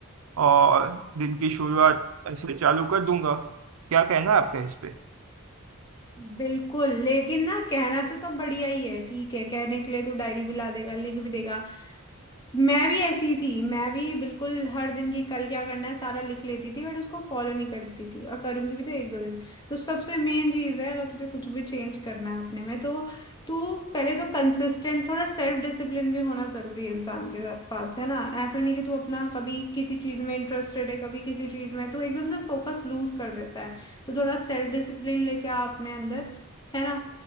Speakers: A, on the right (about 70°); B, on the left (about 20°).
A: और दिन की शुरुआत ऐसे चालू कर दूंगा क्या कहना है आपका इस पे
B: बिल्कुल लेकिन ना कहना तो सब बढ़िया ही है ठीक है कहने के लिए तू डायरी भी ला देगा लिख भी देगा मैं भी ऐसी थी मैं भी बिल्कुल हर दिन की कल क्या करना है सारा लिख लेती थी बट उसको फॉलो नहीं करती थी और करूंगी भी तो एक दो दिन तो सबसे मेन चीज़ है अगर तुझे कुछ भी चेंज करना है अपने में तो तू पहले तो कंसिस्टेंट थोड़ा सेल्फ डिसिप्लिन भी होना जरूरी है इंसान के साथ पास है ना ऐसा नहीं कि तू अपना कभी किसी चीज़ में इंटरेस्टेड है कभी किसी चीज़ में तू एकदम से फोकस लूज कर देता है तो थोड़ा सेल्फ डिसिप्लिन लेके आ अपने अंदर है ना